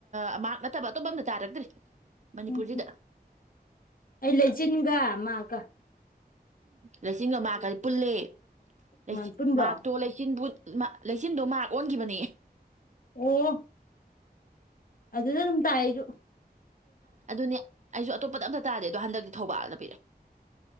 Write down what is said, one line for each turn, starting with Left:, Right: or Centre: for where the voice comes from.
Right: ꯑ ꯃꯥꯛ ꯅꯠꯇꯕ ꯑꯇꯣꯞꯄ ꯑꯝꯇ ꯇꯥꯔꯛꯇ꯭ꯔꯤ ꯃꯅꯤꯄꯨꯔꯁꯤꯗ
Left: ꯎꯝ ꯑꯩ ꯂꯩꯆꯤꯟꯒ ꯃꯥꯛ ꯀ
Right: ꯂꯤꯁꯤꯟꯒ ꯃꯥꯛꯀ ꯄꯨꯜꯂꯦ ꯂꯩꯆꯤ
Left: ꯃꯥ ꯄꯨꯟꯕ꯭ꯔꯣ
Right: ꯃꯥꯛꯇꯣ ꯂꯩꯆꯤꯟꯕꯨꯠ ꯃꯥ ꯂꯩꯆꯟꯗꯣ ꯃꯥꯛ ꯑꯣꯟꯘꯤꯕꯅꯦ
Left: ꯑꯣ ꯑꯗꯨꯗꯗ ꯅꯝ ꯇꯥꯏꯗꯨ
Right: ꯑꯗꯨ ꯅ ꯑꯩꯁꯨ ꯑꯇꯣꯄꯗ ꯇꯥꯔ ꯑꯗꯣ ꯍꯟꯗꯛꯇꯤ ꯊꯧꯕꯥꯜꯗ ꯄꯤꯔꯦ